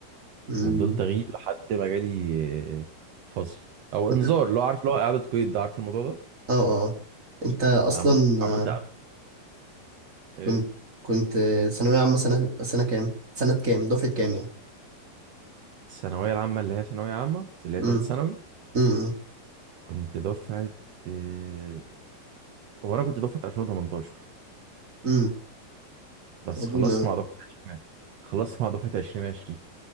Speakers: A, on the right (about 20°); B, on the right (about 65°).
A: امم
B: وفضلت اغيب لحد ما جالي آه، فصل او
A: انت
B: انذار اللي هو عارف اللي هو اعاده قيد ده عارف الموضوع ده
A: اه اه انت اصلا
B: عملت عملت
A: آه،
B: إعادة- آه،
A: كنت كنت آه، ثانوية عامة سنة سنة كام سنة كام دفعة كام يعني
B: الثانويه العامه اللي هي ثانويه عامه بس اللي هي
A: امم
B: ثالث ثانوي
A: امم
B: كنت دفعه آه، هو انا كنت دفعه 2018
A: امم
B: بس
A: قديمة
B: خلصت
A: أوي
B: مع دفعه 20 خلصت مع دفعه 2020